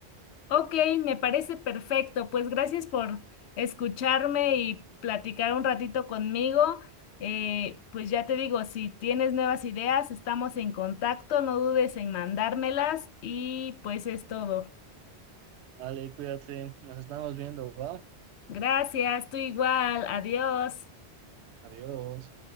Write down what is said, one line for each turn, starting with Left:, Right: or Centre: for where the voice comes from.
Left: Ok, me parece perfecto. Pues gracias por escucharme y platicar un ratito conmigo. Eh, pues ya te digo, si tienes nuevas ideas, estamos en contacto, no dudes en mandármelas y pues es todo.
Right: Vale, cuídate, nos estamos viendo, ¿va?
Left: Gracias, tú igual, adiós.
Right: Adiós.